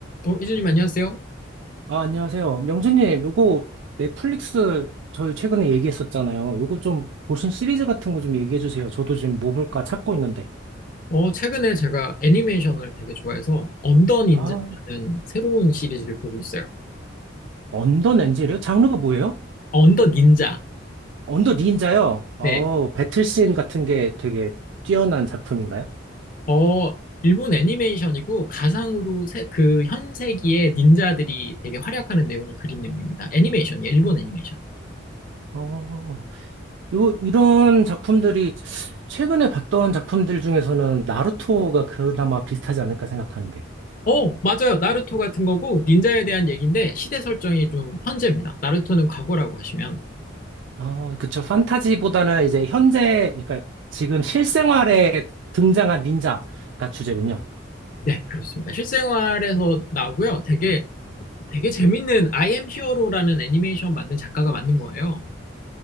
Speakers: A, on the left; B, on the right.
A: 어, 이진님 안녕하세요.
B: 아, 안녕하세요. 명준님, 요거 넷플릭스 저희 최근에 얘기했었잖아요. 요거 좀 보신 시리즈 같은 거 좀 얘기해 주세요. 저도 지금 뭐 볼까 찾고 있는데.
A: 어, 최근에 제가 애니메이션을 되게 좋아해서 언더 닌자라는
B: 아,
A: 새로운 시리즈를 보고 있어요.
B: 언더 렌즈요? 장르가 뭐예요?
A: 어, 언더 닌자.
B: 언더 닌자요? 어,
A: 네.
B: 배틀씬 같은 게 되게 뛰어난 작품인가요?
A: 어, 일본 애니메이션이고 가상으로 세- 그 현세기의 닌자들이 되게 활약하는 내용을 그린 내용입니다. 애니메이션이에요. 일본 애니메이션.
B: 어, 요, 이런 작품들이 최근에 봤던 작품들 중에서는 나루토가 그나마 비슷하지 않을까 생각하는데.
A: 어, 맞아요. 나루토 같은 거고 닌자에 대한 얘기인데 시대 설정이 좀 현재입니다. 나루토는 과거라고 하시면
B: 아, 그쵸. 판타지보다는 이제 현재, 그러니까 지금 실생활에 등장한 닌자가 주제군요.
A: 네, 그렇습니다. 실생활에서 나오고요. 되게 되게 재밌는 I am 히어로라는 애니메이션 만든 작가가 만든 거예요.